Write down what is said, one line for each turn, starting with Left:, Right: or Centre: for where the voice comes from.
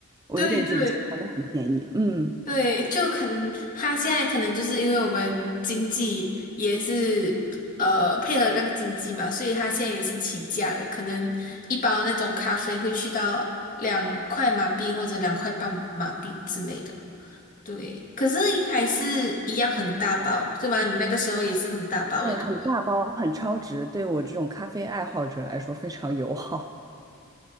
Right: 我有点记不清，
Left: 对对。
Right: 反正很便宜，嗯。
Left: 对，就可能他现在可能就是因为我们经济也是呃配合那个经济嘛，所以他现在也是起价了，可能一包那种咖啡会去到两块马币或者两块半马币之类的。对，可是还是一样很大包，对吧？你那个时候也是很大包的，
Right: 对，
Left: 对不对？
Right: 很大包，很超值，对我这种咖啡爱好者来说非常友好。